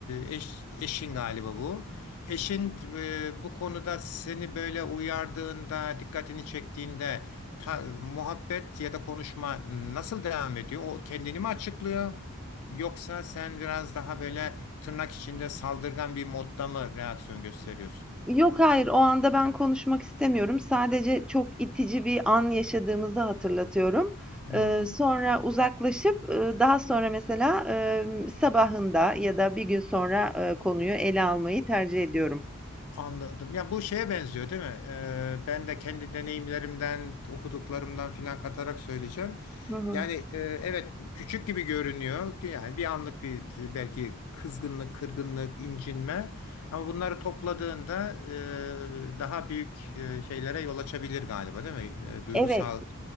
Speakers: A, on the left (about 85°); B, in the centre.
A: e, eş, eşin galiba bu. Eşin e, bu konuda seni böyle uyardığında, dikkatini çektiğinde ta- muhabbet ya da konuşma nasıl devam ediyor? O kendini mi açıklıyor? Yoksa sen biraz daha böyle tırnak içinde saldırgan bir modda mı reaksiyon gösteriyorsun?
B: Yok, hayır. O anda ben konuşmak istemiyorum. Sadece çok itici bir an yaşadığımızı hatırlatıyorum.
A: Hmm.
B: Eee, sonra uzaklaşıp, ııı, daha sonra mesela, emm, sabahında ya da bir gün sonra, eee, konuyu ele almayı tercih ediyorum.
A: Anladım. Ya bu şeye benziyor değil mi? Ee, ben de kendi deneyimlerimden, okuduklarımdan filan katarak söyleyeceğim.
B: Hı hı.
A: Yani e, evet küçük gibi görünüyor. Yani bir anlık bir belki kızgınlık, kırgınlık, incinme. Ama bunları topladığında e, daha büyük e, şeylere yol açabilir galiba değil mi? E, duygusal
B: Evet,